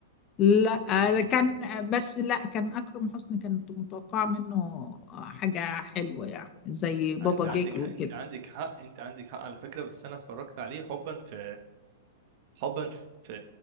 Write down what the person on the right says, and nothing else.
امم
انت عندك
حق، انت عندك حق انت عندك حق على فكره بس انا اتفرجت عليه حبا في حبا في